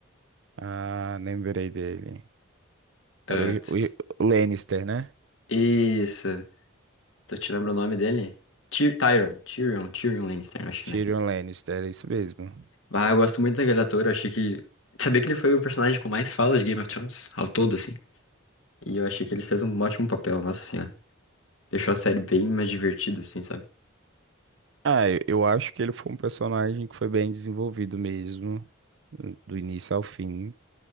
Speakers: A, on the right (about 60°); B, on the left (about 75°).
A: Ah, lembrei dele.
B: Ah,
A: Era o, o
B: tss, tss.
A: o Lannister, né?
B: isso. Tu te lembra o nome dele? Tyr Tyrion, Tyrion, Tyrion Lannister, eu acho,
A: Tyrion
B: né?
A: Lannister, é isso mesmo.
B: Ah, eu gosto muito daquele ator, eu achei que... Sabia que ele foi o personagem com mais falas de Game of Thrones, ao todo, assim. E eu achei que ele fez um ótimo papel, nossa senhora. Deixou a série bem mais divertida, assim, sabe?
A: Ah, eu eu acho que ele foi um personagem que foi bem desenvolvido mesmo, hum, do início ao fim,